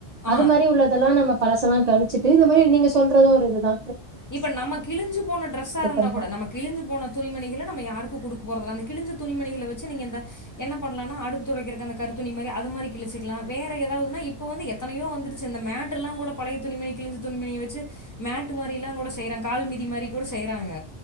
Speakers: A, on the left; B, on the right.
A: ஆ
B: அது மாரி உள்ளதெல்லா நம்ம பழசலா கழச்சிட்டு இந்த மாரி நீங்க சொ ரது ஒருதுதா
A: இப்ப நம்ம கிழி்ஞ்சு போன டிரெஸ்ஸா இருந்தா
B: பண்ணலா
A: கூட நம் கிழிஞ்சு போன துணமணிகளை நம யாருக்கு குடுக் <inaudible> கிழிஞ்ச துணிமணிகல வச்சு நீங்க இந்த என்ன பண்ணலானா அடுப்பு தொடைக்கிறதுக்கு இந்த கரித்துணி மாறி அது மாரி கிழுச்சுக்கலா வேற எதாவ்துனா இப்ப வந்து எத்தனையோ வந்துருச்சு இந்த மேட் எல்லா கூட பழைய துணி மணி கிழிஞ்ச துனிமனிய வச்சு மேட்டு மாரிலா கூட செய்றங் கால் மீதி மாரி கூட செய்றாங்க